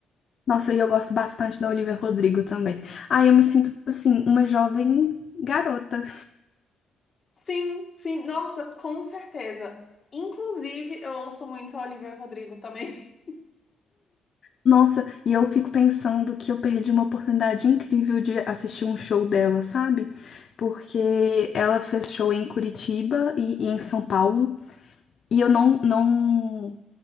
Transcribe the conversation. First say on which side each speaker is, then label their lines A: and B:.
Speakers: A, on the left; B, on the left.
A: Nossa, e eu gosto bastante da Olivia Rodrigo também. Ai, eu me sinto assim, uma jovem garota.
B: Sim, sim, nossa, com certeza. Inclusive, eu ouço muito a Olivia Rodrigo também. <laughs>
A: Nossa, e eu fico pensando que eu perdi uma oportunidade incrível de assistir um show dela, sabe? Porque ela fez show em Curitiba e e em São Paulo. E eu não, não,